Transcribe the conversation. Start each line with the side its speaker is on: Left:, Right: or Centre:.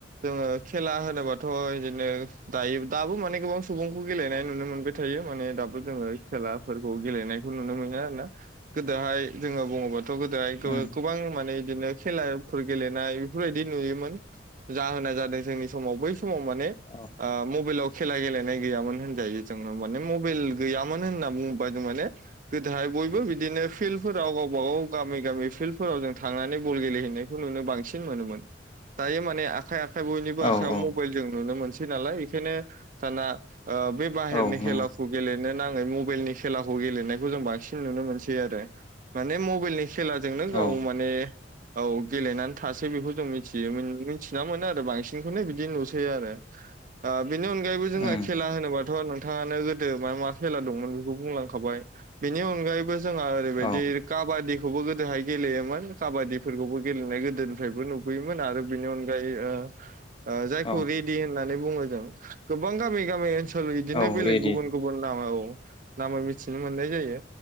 Right: जोङो खेला होनोबाथ' इदिनो दायो दाबो माने गोबां सुबुंखौ गेलेनाय नुनो मोनबाय थायो माने दाबो जोङो खेलाफोरखौ गेलेनायखौ नुनो मोनो आरोना। गोदोहाय जोङो बुङोबाथ' गोदोहाय गो
Left: उम
Right: गोबां माने इदिनो खेलाफोर गेलेनाय बेफोरबायदि नुयोमोन। जाहोनाय जादों जोंनि समाव बै समाव माने
Left: औ
Right: ओ मबाइलाव खेला गेलेनाय गैयामोन होनजायो। जोङो माने मबाइल गैयामोन होनना बुङोबा माने गोदोहाय बयबो बिदिनो फिल्डफोराव गावबा गाव गामि गामि फिल्ड आव जों थांनानै बल गेलेहैनायखौ नुनो बांसिन मोनोमोन। दायो माने आखाइ आखाइ बयनिबो आखाइयाव
Left: औ औ
Right: मबाइल जों नुनो मोनसै नालाय बेखायनो दाना आ बे बाहेरनि
Left: औ नंगौ
Right: खेला खौ गेलेनो नाङै मबाइलनि खेलाखौ गेलेनायखौ जों बांसिन नुनो मोनसै आरो माने मबाइलनि खेलाजोंनो गाव
Left: औ
Right: माने औ गेलेनानै थासै बेखौ जों मिथियो मिथिना मोनो आरो बांसिनखौनो बिदि नुसै आरो बेनि अनगायैबो जोंहा
Left: उम
Right: खेला होनोबाथ' नोंथाङानो गोदो मा मा खेला दंमोन बेखौ बुंलांखाबाय बेनि अनगायैबो जोंहा ओरैबायदि
Left: औ
Right: काबादिखौबो गोदोहाय गेलेयोमोन काबादिफोरखौबो गेलेनाय गोदोनिफ्रायबो नुबोयोमोन आरो बेनि अनगायै ओ जायखौ
Left: औ
Right: रेडि होननानै बुङो जों गोबां गामि गामि ओनसोल बिदिनो
Left: औ
Right: बेलेग
Left: रेडि
Right: गुबुन गुबुन नाम औ नामै मिथिनो मोननाय जायो